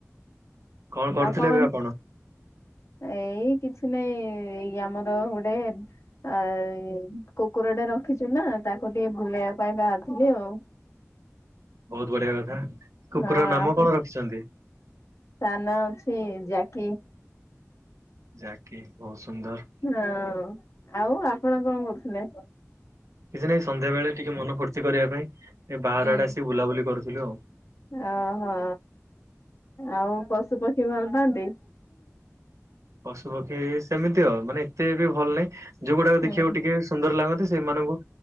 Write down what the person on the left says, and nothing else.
ଆଉ କଣ
ଏଇ କିଛି ନାଇଁ ଏଇ ଆମର ଗୋଟେ ଆ ଏଇ କୁକୁର ଟେ ରଖିଛୁ ନା ତାକୁ ଟିକେ ବୁଲେଇବା ପାଇଁ ବାହାରିଥିଲି ଆଉ।
ହଁ
ଆପଣ
ତା ନାଁ ଅଛି ଜ୍ୟାକି।
ହଁ ଆଉ ଆପଣ କଣ କରୁଥିଲେ?
ହୁଁ
ଓହୋ ଆଉ ପଶୁ ପକ୍ଷୀ ଭଲ ପାଆନ୍ତି?
ହୁଁ